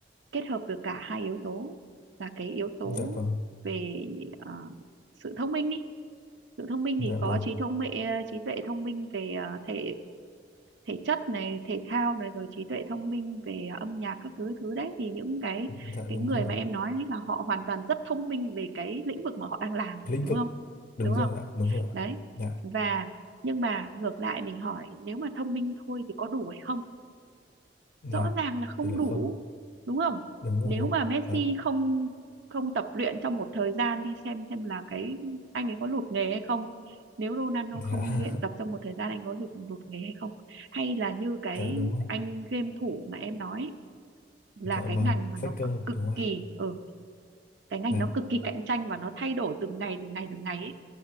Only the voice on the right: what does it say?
kết hợp được cả hai yếu tố là cái yếu tố
về ờ, sự thông minh đi sự thông minh
thì có
trí thông minh trí tuệ thông minh về ờ, thể thể chất này thể thao này rồi trí tuệ thông minh về à, âm nhạc các thứ thứ đấy thì những cái
cái
người
mà em nói đấy là họ hoàn toàn rất thông minh về cái lĩnh vực mà họ đang làm
đúng
không
đúng
không
đấy
và nhưng mà ngược lại mình hỏi nếu mà thông minh thôi thì có đủ hay không
rõ ràng là không
đủ
đúng không
nếu mà Messi
không không tập luyện trong một thời gian đi xem xem là cái anh ấy có lụt nghề hay không nếu Ronaldo
không luyện tập trong một thời gian anh có lụt lụt nghề hay không hay là như cái
anh game thủ mà em nói ấy, là
cái
ngành mà
nó cực, cực
kỳ ở ừ, cái ngành
nó cực kỳ cạnh tranh và nó thay đổi từng ngày từng ngày từng ngày ấy